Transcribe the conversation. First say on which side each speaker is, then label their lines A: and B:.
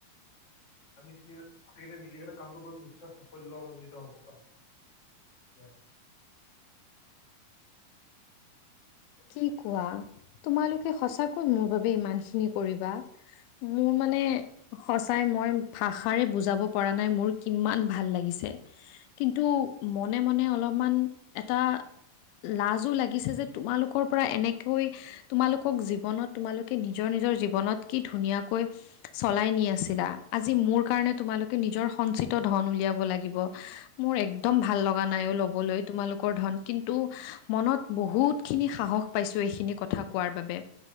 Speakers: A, on the left; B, on the left.
A: আমি তিনি গোটেইকেইটা মিলি কেনে কামটো কৰিম নিশ্চয় সাফল্যমন্দিত হব কাম। দে
B: কি কোৱা? তোমালোকে সঁচাকৈ মোৰ বাবে ইমানখিনি কৰিবা? মোৰ মানে সঁচাই মই ভাষাৰে বুজাব পৰা নাই মোৰ কিমান ভাল লাগিছে। কিন্তু মনে- মনে অলপমান এটা লাজো লাগিছে যে তোমালোকৰ পৰা এনেকৈ তোমালোকক জীৱনত তোমালোকে নিজৰ নিজৰ জীৱনত কি ধুনীয়াকৈ চলাই নি আছিলা আজি মোৰ কাৰণে তোমালোকে নিজৰ সঞ্চিত ধন উলিয়াব লাগিব। মোৰ একদম ভাল লগা নাই অহ ল'বলৈ তোমালোকৰ ধন কিন্তু মনত বহুত খিনি সাহস পাইছোঁ এইখিনি কথা কোৱাৰ বাবে।